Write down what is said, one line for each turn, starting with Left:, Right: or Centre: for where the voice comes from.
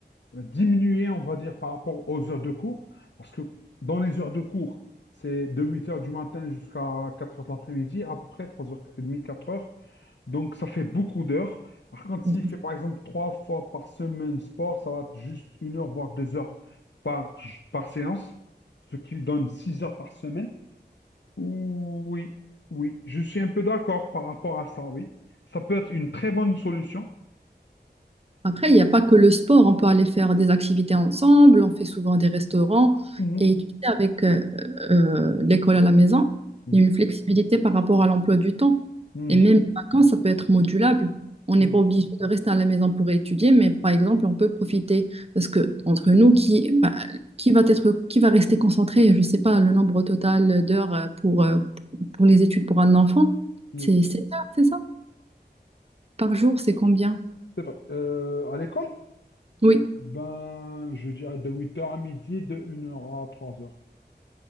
Left: diminuées, on va dire, par rapport aux heures de cours. Parce que dans les heures de cours, c'est de huit heures du matin jusqu'à quatre heures de l'après-midi, à peu près 3h30, quatre heures. Donc, ça fait beaucoup d'heures. Par contre, s'il
Right: Ouais.
Left: fait par exemple trois fois par semaine sport, ça va être juste une heure, voire deux heures par, par séance, ce qui donne six heures par semaine. Oui, oui, je suis un peu d'accord par rapport à ça, oui. Ça peut être une très bonne solution.
Right: Après, il n'y a pas que le sport, on peut aller faire des activités ensemble, on fait souvent des restaurants.
Left: Mhm,
Right: Et tu sais, avec euh, euh, l'école à la maison,
Left: mhm,
Right: il y a une flexibilité par rapport à l'emploi du temps.
Left: mhm,
Right: Et même les vacances, ça peut être modulable. On n'est
Left: oui,
Right: pas obligé de rester à la maison pour étudier, mais par exemple, on peut profiter. Parce que entre nous, qui, bah, qui va être, qui va rester concentré, je ne sais pas, le nombre total d'heures euh, pour, euh, pour les études pour un enfant,
Left: oui,
Right: c'est sept heures, c'est ça. Par jour, c'est combien?
Left: c'est vrai. Euh, à l'école?
Right: Oui.
Left: Ben, je dirais de huit heures à midi, de une heure à 3h,